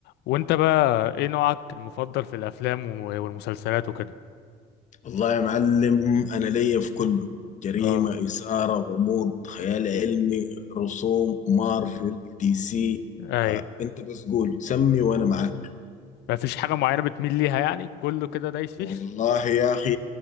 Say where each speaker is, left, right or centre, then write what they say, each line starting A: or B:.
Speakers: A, on the left (about 80°); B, on the left (about 45°).
A: وانت بقى ايه نوعك المفضل في الافلام و- والمسلسلات وكده
B: والله يا معلم أنا ليا في كله جريمة
A: اه
B: إثارة غموض خيال علمي رسوم مارفل دي سي
A: اي
B: آه، أنت بس قول سمي وأنا معك
A: مفيش حاجه معينه بتميل ليها يعني كله كده دايس فيه
B: والله
A: <laughs>
B: يا أخي